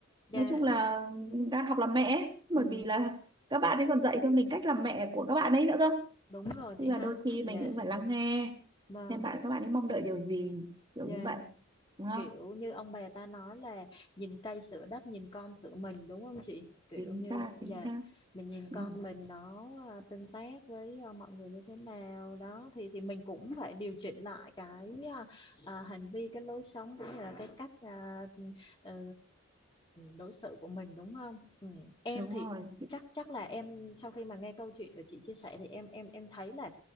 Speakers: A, on the left; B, on the right.
A: dạ,
B: nói chung là đang học làm mẹ ấy. bởi
A: ừ,
B: vì là các bạn ấy còn dạy cho mình cách làm mẹ của các bạn ấy nữa cơ
A: đúng rồi
B: tức
A: chị
B: là
A: ha,
B: đôi khi
A: dạ,
B: mình cũng phải lắng nghe
A: vâng,
B: xem bạn các bạn ấy mong đợi điều gì kiểu
A: dạ.
B: như vậy đúng không
A: kiểu như ông bà ta nói là nhìn cây sửa đất nhìn con sửa mình đúng không chị kiểu
B: chính
A: như
B: xác
A: dạ
B: chính xác
A: mình nhìn
B: ừ,
A: con mình nó à, tương tác với à, mọi người như thế nào đó thì thì mình cũng phải điều chỉnh lại cái à, à, hành vi cái lối sống cũng như là cái cách à, ừ, ờ, đối xử của mình đúng không ừ. em
B: đúng
A: thì
B: rồi
A: chắc chắc là em sau khi mà nghe câu chuyện của chị chia sẻ thì em em em thấy là